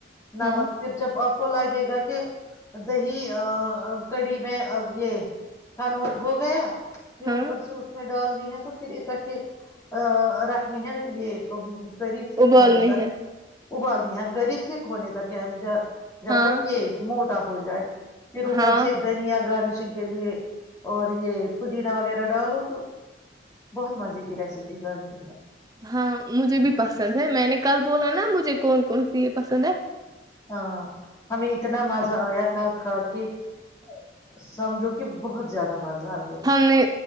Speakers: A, on the left; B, on the right.
A: ن
B: ہاں
A: مک پھر جب آ کو لگے گا کہ دہی کڑی میں یہ کنورٹ ہو گیا پھر
B: ہاں
A: اوپر سے اس میں ڈالنی ہے تو پھر اکٹھے ا رکھ رنی ہے یہ فریت یک
B: ابالنی
A: ہونے تک
B: ہے
A: ابالی ہیں کری ت ہییک ہونے تھا کہ انج جب
B: ہاں
A: تک کہ مو ہو جائے پھروپر
B: ہاں
A: سےدا نہیں آ گان نہیں کے لیے اور یہ پودینا وغیرہ ڈالو تو بہت مزے کی ریسیپی بنتی ہے
B: ہاں مجھے بھی پسند ہے میں نے کل بولا نا مجھے کون کون سی یہ پسند ہے
A: ہاں ہمیں اتنا مزہ آیا کل کھا کے کہ سمجھو کہ بہت زیادہ مزہ آ گیا
B: ہم نے